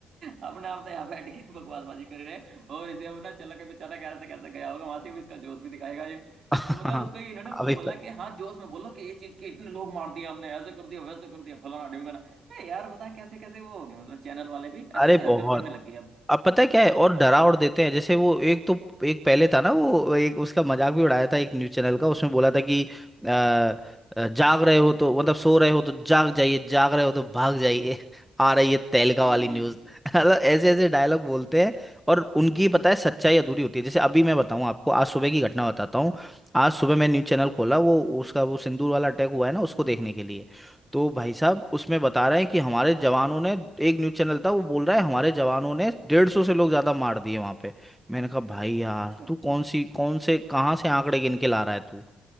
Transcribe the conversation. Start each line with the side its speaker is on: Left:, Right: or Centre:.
Right: अपना अपने यहाँ बैठ के बकवासबाजी कर रहे हैं और इसे अब ना चलो के बेचारा कैसे कैसे गया होगा वहां से अब इसका जोश भी दिखाएगा ये
Centre: हाँ
Right: वो मतलब उसको ये इन्होंने वो
Centre: अभी
Right: बोला
Centre: पता
Right: कि हाँ जोश में बोलो कि ये चीज के इतने लोग मार दिए हमने ऐसे कर दिया वैसे कर दिया फलाना ढिमकाना ए यार बता कैसे कैसे वो हो गए मतलब चैनल वाले भी ऐसे
Centre: अरे
Right: ऐसे
Centre: बहुत
Right: हरकत करने लग गए अब
Centre: अब पता है क्या है और डरा और देते हैं जैसे वो एक तो एक पहले था ना वो एक उसका मजाक भी उड़ाया था एक न्यूज चैनल का उसमें बोला था कि अ, अ, जाग रहे हो तो मतलब सो रहे हो तो जाग जाइए जाग रहे हो तो भाग जाइए <laughs> आ रही है तहलका
Right: हम्म
Centre: वाली न्यूज <laughs> मतलब ऐसे ऐसे डायलॉग बोलते हैं और उनकी पता है सच्चाई अधूरी होती है जैसे अभी मैं बताऊं आपको आज सुबह की घटना बताता हूँ आज सुबह मैं न्यूज चैनल खोला वो उसका वो सिंदूर वाला अटैक हुआ है ना उसको देखने के लिए तो भाई साहब उसमें बता रहे हैं कि हमारे जवानों ने एक न्यूज चैनल था वो बोल रहा है हमारे जवानों ने डेढ़ सौ से लोग ज्यादा मार दिए वहां पे मैंने कहा भाई यार
Right: अच्छा
Centre: तू कौन सी कौन से कहाँ से आंकड़े गिन के ला रहा है तू